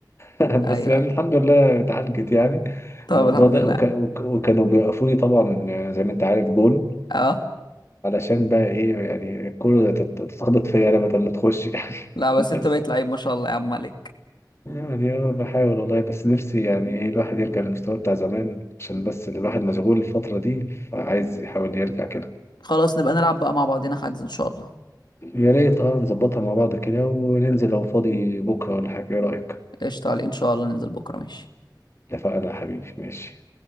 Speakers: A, on the left; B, on the left.
A: <laughs>
B: ايوه
A: بس يعني
B: ايوه
A: الحمد لله اتعالجت يعني
B: طب
A: الموضوع
B: الحمد
A: ده
B: لله
A: وك...
B: يا عم
A: وك... وكانوا بيوقفوني طبعا زي ما انت عارف جون
B: اه
A: علشان بقى ايه يعني الكوره تت- تتخبط فيا انا بدل ما تخش يعني
B: لا بس
A: <laughs>
B: انت
A: بس
B: بقيت لعيب ما شاء الله يا عم عليك
A: يعني اه بحاول والله بس نفسي يعني ايه الواحد يرجع للمستوى بتاع زمان عشان بس الواحد مشغول الفترة دي فعايز يحاول يرجع كده
B: خلاص نبقى نلعب بقى مع بعضنا حجز ان شاء الله
A: يا ريت اه نظبطها مع بعض كده وننزل لو فاضي بكرة ولا حاجة ايه رأيك؟
B: قشطه عليك ان شاء الله ننزل بكره ماشي
A: اتفقنا يا حبيبي ماشي